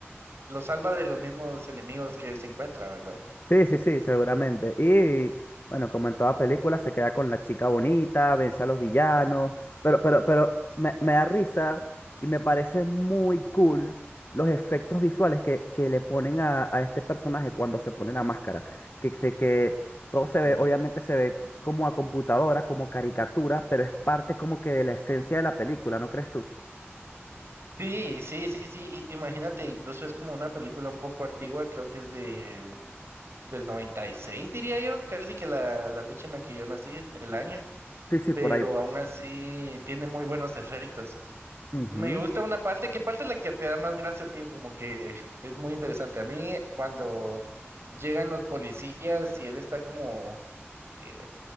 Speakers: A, on the right (about 65°); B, on the left (about 55°).
A: Lo salva de los mismos enemigos que él se encuentra, ¿verdad?
B: Sí, sí, sí, seguramente. Y bueno, como en toda película, se queda con la chica bonita, vence a los villanos, pero, pero, pero me, me da risa y me parece muy cool los efectos visuales que, que le ponen a, a este personaje cuando se pone la máscara. Que, se- que todo
A: Ujú.
B: se ve, obviamente se ve como a computadora, como caricatura, pero es parte como que de la esencia de la película, ¿no crees tú?
A: Sí, sí, sí, sí. i- Imagínate, incluso es como una película un poco antigua, creo que es de del 96 diría yo, casi que la, la fecha en la que yo nací, el, el año,
B: Sí, sí,
A: pero
B: por ahí.
A: aún así tiene muy buenos efectos.
B: Ujú.
A: Me gusta una parte, ¿qué parte es la que te da más gracia, tío? Como que es muy interesante. A mí, cuando llegan los policías y él está como eh,